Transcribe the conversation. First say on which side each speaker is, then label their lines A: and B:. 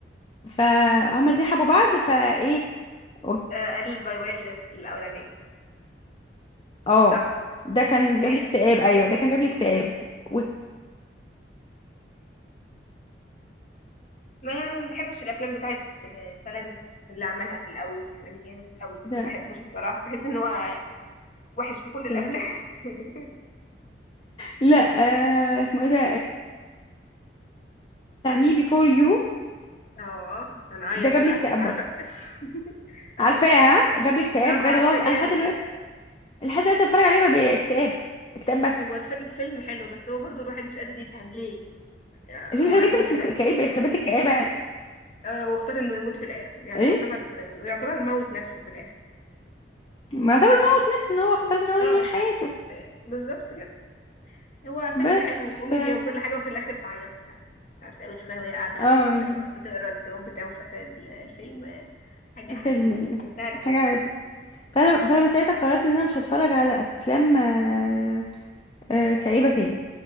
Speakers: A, on the left; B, on the left.
A: فهما الاثنين حبوا بعض فايه و-
B: آه، قال باي باي لل- الاولانيه
A: اه
B: صح
A: ده كان
B: ماشي
A: جاب لي اكتئاب ايوه ده كان جاب لي اكتئاب و...
B: ما ما بحبش الافلام بتاعت فلان اللي عملها في الاول كده يعني مش قوي
A: ده-
B: ما بحبوش الصراحه بحس ان هو وحش في كل الافلام
A: ده-
B: <laughs>
A: لا آه اسمه ايه ده آه مي بيفور يو
B: اه هنعيط
A: ده جاب
B: بقى
A: لي اكتئاب
B: عارفه
A: برضه
B: <laughs> اه
A: عارفاها جاب لي اكتئاب
B: لا
A: بجد
B: عارفه
A: والله العظيم.
B: جامد
A: انا لحد دلوقتي لحد دلوقتي بتفرج عليه باكتئاب اكتئاب بس
B: هو الفيلم فيلم حلو بس هو برضو الواحد مش قادر يفهم ليه آه،
A: الفيلم
B: هو
A: حلو
B: عندهم
A: جدا بس
B: حاجة
A: مك- كئيب يخرب بيت الكآبة
B: آه، واختار انه يموت في الاخر يعني
A: ايه
B: يعتبر يعتبر موت نفسه في الاخر
A: معتبر موت نفسه ان هو اختار ان هو
B: اه
A: ينهي حياته
B: يعني بالظبط كده هو فيلم
A: بس
B: حلو وكوميديا
A: ف
B: وكل حاجة وفي الاخر تعيطي بقى مش عارفة اوي تشوفها وهي قاعدة
A: اه
B: بتقرا
A: يعني
B: بتقرا الجواب بتاعه في اخر ال- الفيلم آه، حاجة حزينة
A: فيلم
B: في منتهى الحزن
A: حاجة فانا فانا من ساعتها قررت ان انا مش هتفرج على افلام آه آه كئيبة تاني